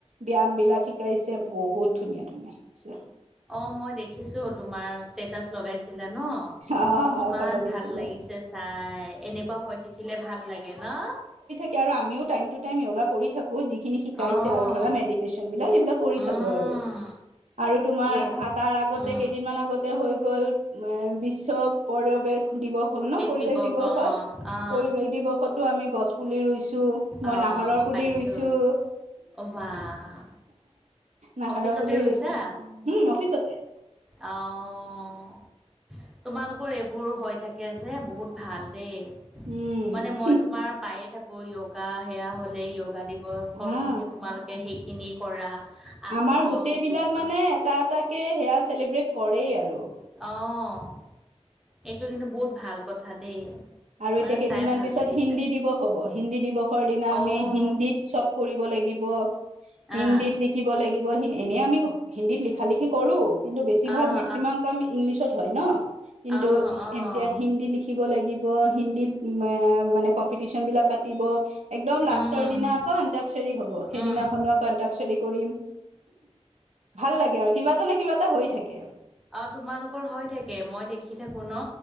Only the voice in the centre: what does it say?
অ' মই দেখিছোঁ তোমাৰ। ষ্টেটাছ লগাইছিলা ন
ইমান
ভাল লাগিছে চাই। এনেকুৱা হৈ থাকিলে ভাল লাগে ন।
অ',
উম,
য়োগা,
উম,
দিৱস
অ', আহ,
অ'
পাইছোঁ।
অ' বাহ
অফিচতে
ৰুইছা?
অ'। তোমালোকৰ এইবোৰ হৈ থাকে যে বহুত ভাল দেই।
মানে মই তোমাৰ পায়ে থাকো য়োগা সেয়া হলে য়োগা দিৱস
তুমি তোমালোকে সেইখিনি কৰা। আকৌ
বিশ্ব
অ' সেইটো কিন্তু বহুত ভাল কথা দেই।
মানে
চাই ভাল
লাগিছে।
অ'
আহ
আহ
আহ
অ' অ'
উম
উম
অ' তোমালোকৰ হৈ থাকে মই দেখি থাকোঁ ন।